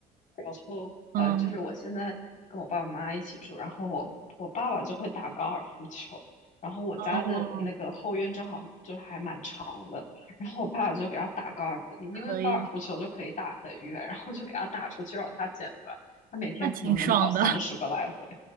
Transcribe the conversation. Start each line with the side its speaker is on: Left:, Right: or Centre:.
Left: 然后呃，
Right: 嗯
Left: 就是我现在跟我爸爸妈妈一起住，然后我我爸爸就会打高尔夫球，然后我家的那个后院正好就还蛮长的，
Right: 哦，
Left: 然后我爸爸就给他打高尔夫，因为高尔夫球就可以打很远，
Right: 可以，
Left: 然后就给他打出去让他捡回来，他每天可能能跑三十个来回。
Right: 那挺爽的。